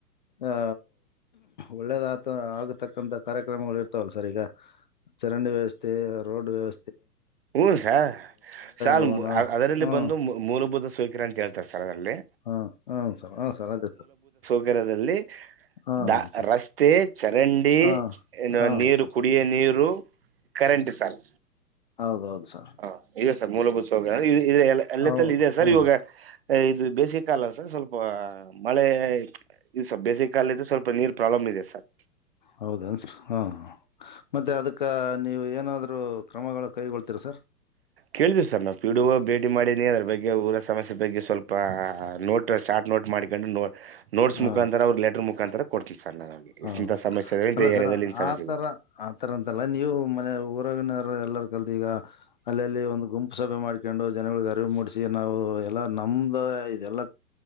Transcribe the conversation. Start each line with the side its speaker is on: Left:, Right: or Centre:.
Left: ಆ ಒಳ್ಳೇದತ ಆಗತಕ್ಕಂತಥ ಕಾರ್ಯಕ್ರಮಗಳು ಇರ್ತಾವಲ್ಲ ಸರ್ ಈಗ ಚರಂಡಿ ವ್ಯವಸ್ಥೆ ರೋಡ್ ವ್ಯವ
Right: ಹ್ಮ ಸರ್ ಸಲ್
Left: ಭವನ
Right: ಅದರಲ್ಲಿ
Left: ಹ್ಮ್
Right: ಬಂದು ಮೂರು ಮುದು ಸ್ವೀಕರ್ಣ್ ಕೇಳ್ತಾರ್ ಸರ್ ಅದ್ರಲ್ಲಿ
Left: ಹಾ ಹನ್ ಸರ್ ಹಾ ಸರ್ ಅದೇ ಸರ್
Right: ನಗರದಲ್ಲಿ
Left: ಹ್ಮ್
Right: ದ
Left: ಸರ್
Right: ರಸ್ತೆ ಚರಂಡಿ
Left: ಹಾ
Right: ಏನ್
Left: ಹಾ
Right: ನೀರು
Left: ಸರ್
Right: ಕುಡಿಯ ನೀರು ಕರೆಂಟ್ ಸರ್
Left: ಹೌದೌದು ಸರ್
Right: ಹಾ ಇದೆ ಸರ್ ಮೂಲಭೂತಸವಾಗ ಇದೆ ಇದೆ ಎಲ್ಲತ್ತಲ್ಲಿ
Left: ಹೌ
Right: ಇದೆಯ ಸರ್
Left: ಹ್ಮ್
Right: ಇವಾಗ ಇದು ಬೇಸಿಗೆ ಕಾಲ ಸರ್ ಸ್ವಲ್ಪ ಮಳೆ ಇದು ಸ ಬೇಸಿಗೆ ಕಾಲ್ ಸ್ವಲ್ಪ ನೀರ್ ಪ್ರಾಬ್ಲಮ್ ಇದೆ ಸರ್
Left: ಹೌದ ಸ ಹಾ ಮತ್ತೆ ಅದಕ್ಕ ನೀವು ಏನಾದ್ರು ಕ್ರಮಗಳು ಕೈಗೊಳ್ತೀರ ಸರ್
Right: ಕೇಳಿದಿವಿ ಸರ್ ನಾವು ಪಿಡಿಓ ಭೇಟಿ ಮಾಡಿದ ನೀ ಅದ್ರ ಬಗ್ಗೆ ಊರ ಸಮಸ್ಯೆ ಬಗ್ಗೆ ಸ್ವಲ್ಪ ನೋಟ್ ಶಾರ್ಟ್ ನೋಟ್ ಮಾಡ್ಕೊಂಡು ನೋ ನೋಟ್ಸ್
Left: ಹ
Right: ಮುಖಾಂತರ ಅವ್ರ ಲೆಟರ್ ಮುಖಾಂತರ ಕೊಡ್ತೀವಿ ಸರ್ ನಾನು ಅವ್ರಿಗೆ
Left: ಹ
Right: ಇಂಥ ಸಮಸ್ಯೆ ಇದೆ ಇಂಥ
Left: ಅಲ್ಲ ಸರ್
Right: ಏರಿಯಾದಲ್ಲಿ ಇಂಥ ಸಮಸ್ಯೆ
Left: ಆತರ
Right: ಇದೆ
Left: ಆತರ ಅಂತಲ್ಲ ನೀವು ಮನ ಊರವಿನರು ಎಲ್ಲರು ಕಲ್ ಈಗ ಅಲ್ಲಲ್ಲಿ ಒಂದು ಗುಂಪು ಸಭೆ ಮಾಡ್ಕೊಂಡು ಜನಗಳಿಗೆ ಅರಿವು ಮೂಡಿಸಿ ನಾವು ಎಲ್ಲಾ ನಮ್ದ ಇದೆಲ್ಲ